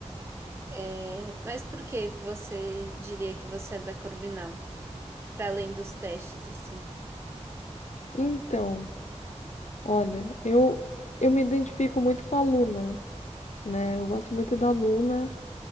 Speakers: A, on the right; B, on the left.
A: É, Mas por que você diria que você é da Corvinal? Para além dos testes, assim.
B: Então, olha, eu eu me identifico muito com a Luna, né? Eu gosto muito da Luna.